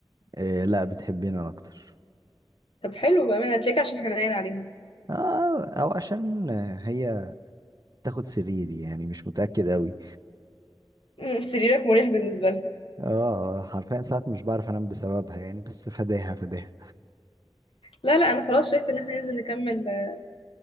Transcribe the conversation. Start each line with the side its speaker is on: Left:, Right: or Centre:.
Right: إيه لا بتحبني انا اكتر
Left: طب حلو بأمانة هتلاقيك عشان حنين عليها
Right: اه او عشان هي تاخد سريري يعني مش متأكد قوي
Left: أمم، سريرك مريح بالنسبة لها
Right: اه حرفيا ساعات مش بعرف انام بسببها يعني بس فداها فداها
Left: لا لا انا خلاص شايفة ان احنا ننزل نكمل آه،